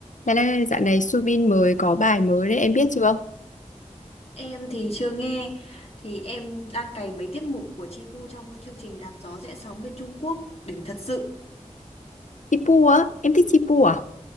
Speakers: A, on the left (about 80°); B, on the left (about 50°).
A: Bạn ơi, dạo này Subin mới có bài mới đấy, em biết chưa?
B: Em thì chưa nghe thì em đang cày mấy tiết mục của Chi Pu trong chương trình Đạp gió rẽ sóng bên Trung Quốc đỉnh thật sự.
A: Chipu á, em thích Chipu à?